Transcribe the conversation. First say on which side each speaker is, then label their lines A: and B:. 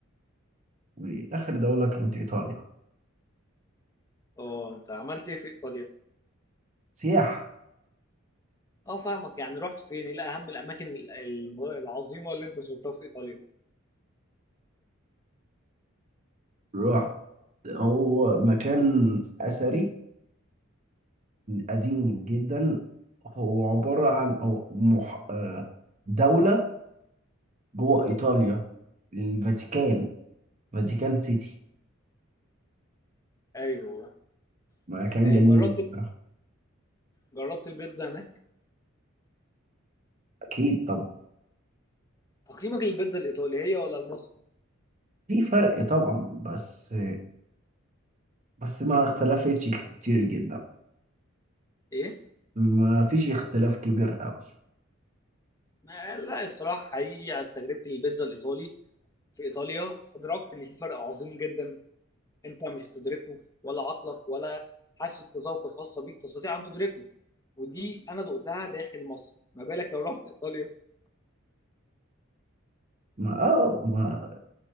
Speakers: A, on the right; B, on the left.
A: وآخر دولة كانت إيطاليا
B: أه أنت عملت إيه في إيطاليا؟
A: سياحة
B: اه فاهمك يعني رحت فين ايه اهم الاماكن ال- ال- العظيمه اللي انت زرتها في ايطاليا
A: رحت هو مكان أثري قديم جدا هو عبارة عن أو مح... آه، دولة جوه إيطاليا الفاتيكان فاتيكان سيتي
B: ايوه
A: مكان
B: آه،
A: جميل
B: جربت
A: الصراحة
B: جربت البيتزا هناك
A: أكيد طبعا
B: تقييمك للبيتزا الايطالي هي ولا المصري
A: في فرق طبعا بس بس ما اختلفتش كتير جدا
B: ايه
A: ما فيش اختلاف كبير قوي
B: ما لا الصراحه حقيقي على تجربه البيتزا الايطالي في ايطاليا ادركت ان في فرق عظيم جدا انت مش هتدركه ولا عقلك ولا حاسه بذوق الخاصه بيك تستطيع ان تدركه ودي انا دقتها داخل مصر ما بالك لو رحت ايطاليا
A: ما آه ما